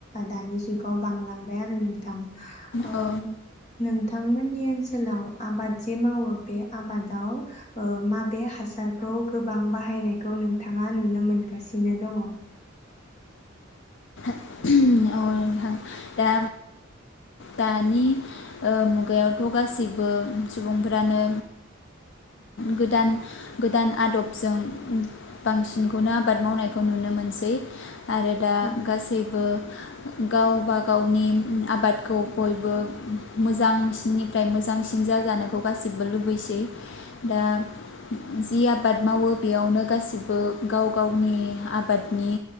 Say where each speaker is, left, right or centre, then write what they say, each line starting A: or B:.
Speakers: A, on the left (about 35°); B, on the left (about 60°).
A: दानि जुगाव बांलांबाय आरो नोंथां। ओं
B: औ
A: नोंथां। नोंथांमोननि ओनसोलाव आबाद जे मावो बे आबादाव ओ माबे हासारखौ गोबां बाहायनायखौ नोंथाङा नुनो मोनगासिनो दङ?
B: <inaudible> नोंथां दा दानि मुगायावथ' गासैबो सुबुंफोरानो गोदान गोदान आदबजों बांसिनखौनो आबाद मावनायखौ नुनो मोनसै। आरो दा
A: उम,
B: गासै ओ गावबा गावनि आबादखौ बयबो मोजांसिननिफ्राय मोजांसिन जाजानायखौ गासैबो लुबैसै दा जि आबाद मावो बेयावनो गासिबो गाव गावनि आबादनि